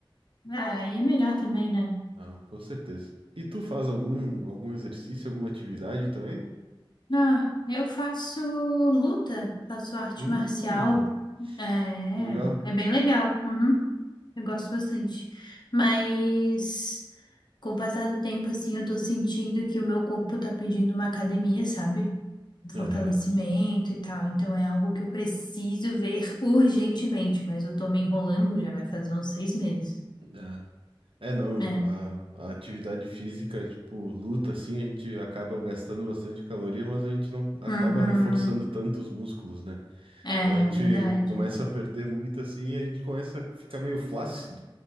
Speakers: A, on the left (about 55°); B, on the right (about 80°).
A: Ah, e é melhor também, né?
B: Ah, com certeza. E tu faz algum, algum exercício, alguma atividade também?
A: Ah, eu faço luta, faço arte
B: Hum,
A: marcial. É,
B: que legal.
A: é bem legal. Uhum, eu gosto bastante. Mas com o passar do tempo, assim, eu tô sentindo que o meu corpo tá pedindo uma academia, sabe? Um
B: Aham.
A: Fortalecimento e tal. Então é algo que eu preciso ver urgentemente, mas eu tô me enrolando, já vai fazer uns seis meses.
B: ah. É, não,
A: né?
B: a, a atividade física, tipo, luta, assim, a gente acaba gastando bastante caloria, mas a gente não acaba
A: Uhum.
B: reforçando tanto os músculos, né?
A: É
B: Então a gente
A: verdade.
B: começa a perder muito, assim, e a gente começa a ficar meio flácido,